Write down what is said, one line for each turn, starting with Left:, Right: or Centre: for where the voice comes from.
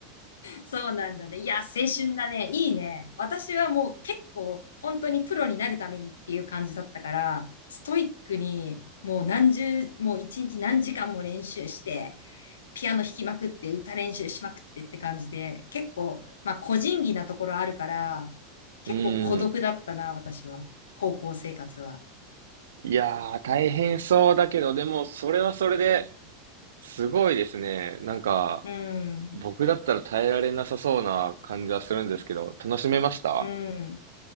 Left: そうなんだね。いや、青春だね。いいね。私はもう結構本当にプロになるためにっていう感じだったから、ストイックにもう何十、もう一日何時間も練習して、ピアノ弾きまくって、歌練習しまくってって感じで、結構、まあ個人技なところあるから、結構孤独だったな、
Right: うん。
Left: 私は。高校生活は。
Right: いやー、大変そうだけど、でも、それはそれで、すごいですね。なんか、
Left: うん。
Right: 僕だったら耐えられなさそうな感じはするんですけど、楽しめました
Left: うん。